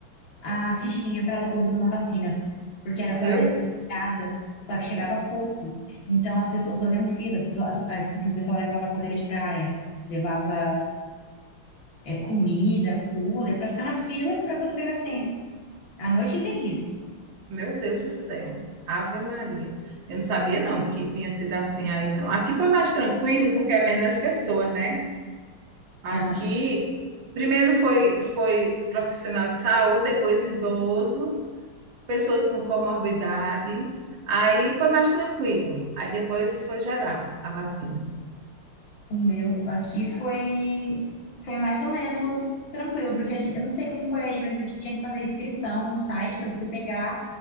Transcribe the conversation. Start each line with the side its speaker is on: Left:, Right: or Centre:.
Left: a fichinha para ela poder tomar vacina, porque era por
Right: Meu,
Left: ligada, só que chegava pouco. Então, as pessoas faziam fila, a pessoa, a, a, assim, o pessoal levava cadeira de praia, levava é, comida, cooler, pra ficar na fila pra poder pegar a senha. A noite inteirinha.
Right: meu Deus do céu. Ave Maria. Eu não sabia, não, que tinha sido assim aí, não. Aqui foi mais tranquilo, porque é menos pessoas, né? Aqui,
Left: Ah,
Right: primeiro foi, foi profissional de saúde, depois idoso, pessoas com comorbidade. Aí foi mais tranquilo. Aí depois foi geral a vacina,
Left: o meu aqui foi, foi mais ou menos tranquilo, porque a gente, eu não sei como foi aí, mas aqui tinha que fazer inscrição no site pra poder pegar.